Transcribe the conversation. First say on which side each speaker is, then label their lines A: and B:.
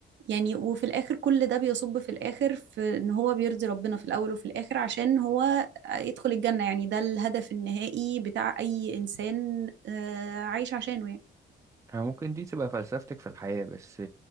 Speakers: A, on the right (about 65°); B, on the right (about 15°).
A: يعني وفي الآخر كل ده بيصب في الآخر في إن هو بيرضي ربنا في الأول وفي الآخر عشان هو يدخل الجنة يعني ده الهدف النهائي بتاع أي إنسان آه، عايش عشانه يعني
B: أنا ممكن دي تبقى فلسفتك في الحياة بس